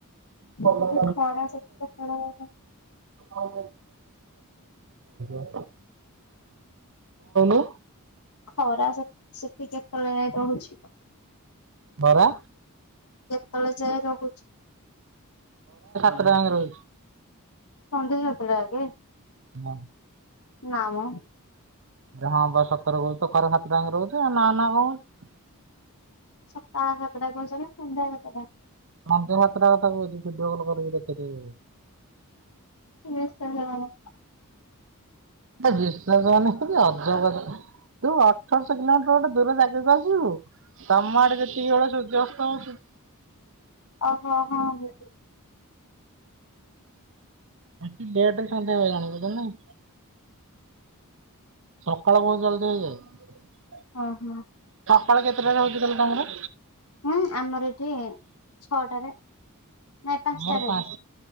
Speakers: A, on the right (about 60°); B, on the left (about 80°).
A: ତ ଆ <unintelligible>
B: ଖାଲି
A: ଆ <unintelligible>
B: ଖରା ସେଠି କେତେବେଳେ
A: ହଉ ଯ <unintelligible> କଣ କହିଲୁ?
B: ଖରା ସେ ସେଠି କେତେବେଳେ ରହୁଛି
A: ବରା
B: କେତେଳେ ଯାଏ ରହୁଚୁ?
A: ଙ୍ଗ ର <unintelligible>
B: ସନ୍ଧ୍ୟା ସାତ ଟା ହାତେ?
A: ହଁ।
B: ନାମ
A: ହଁ ବା ସତର କହୁଛି ଘରେ ସାତ ଟାଙ୍କେ ରହୁଛ ଆଉ ନା ନା କଣ
B: ସଖାଳ ସାତ ଟା କହୁଛ ସନ୍ଧ୍ୟା ସାତ ଟା?
A: ସନ୍ଧ୍ୟା ସାତଟା କଥା କହୁଛି ଭିଡିଓ କଲ କରିବି ଦେଖେଇଦେବି ତତେ।
B: ହ ସେ ହ <unintelligible>
A: ବିଶ୍ୱାସ ହୋଉନିକି ଅଜବ କଥା ତୁ ଅଠରଶହ କିଲୋମିଟର ଗୋଟେ ଦୂର ଜାଗାକୁ ଆସିବୁ? ତମ ଆଡେ ଯେତିକି ବେଳେ ସୂର୍ଯ୍ୟାସ୍ତ ହଉଛ
B: ଓହୋ ହଁ।
A: ଏଠି ଲେଟରେ ସନ୍ଧ୍ୟ ହୁଏ ଜାଣିଚୁ ତ ନାଇ। ସକାଳ ବହୁତ ଜଲଦି ହେଇଯାଏ।
B: ହଁ ହଁ।
A: ସଖାଳ କେତେଟାରେ ହଉଛି କହିଲୁ ତମର?
B: ହୁଁ ଆମର ଏଠି ଛଅଟାରେ। ନାଇଁ ପାଞ୍ଚଟାରେ
A: ଆମର ପାଞ୍ଚ
B: ଏବେ।